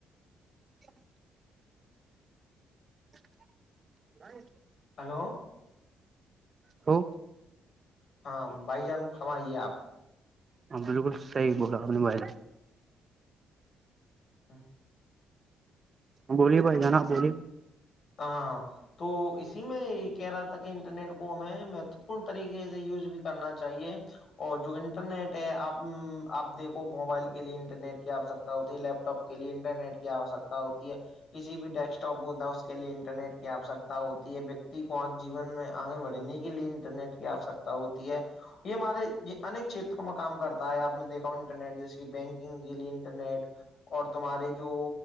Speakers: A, on the right (about 35°); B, on the left (about 55°).
A: <inaudible> <inaudible>
B: ہلو
A: ہو <inaudible>
B: ہاں بھائی جان فرمائیے آپ
A: ہاں بالکل صحیح بولا آپ نے بھائی
B: ہاں <inaudible>
A: بولیے بھائی جناب بولیے <inaudible>
B: ہاں <inaudible> تو اسی میں کہہ رہا تھا کہ انٹرنیٹ کو ہمیں مہتوپورن طریقے سے یوز بھی کرنا چاہیے اور جو انٹرنیٹ ہے آپ آپ دیکھو موبائل کے لیے انٹرنیٹ کیا آپ سک ہوتی ہے لیپ ٹاپ کے لیے انٹرنیٹ کی آوشکتا ہوتی ہے کسی بھی ڈیسکٹاپ میں ہوتا ہے اس کے کے لیے انٹرنیٹ کی آوشکتا ہوتی ہے ویکتی کو آج جیون میں آگے بڑھنے کے لیے انٹرنیٹ کی آوشکتا <unintelligible> ہوتی ہے <inaudible> یہ ہمارے انک چھیتروں میں کام کرتا ہے آپ نے دیکھا انٹرنیٹ جیسے کہ بینکنگ کے لیے انٹرنیٹ اور تمہارے جو